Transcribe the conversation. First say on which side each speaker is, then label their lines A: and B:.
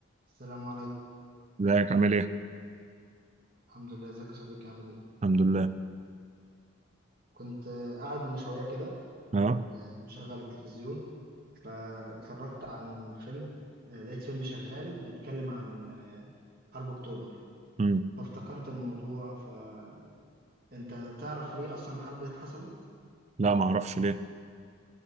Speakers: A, on the right (about 50°); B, on the right (about 35°).
A: السلام عليكم
B: ازيك عامل ايه؟
A: الحمد لله ازيك يا صديقي عامل ايه
B: الحمد لله
A: كنت آه، قاعد من شويه كده
B: اه
A: آه، مشغل التلفزيون فاتفرجت عن فيلم آه، لقيت فيلم شغال بيتكلم عن آه، حرب اكتوبر
B: امم
A: فافتكرت الموضوع فانت تعرف ليه اصلا الحرب دي اتحصلت
B: لا ما اعرفش ليه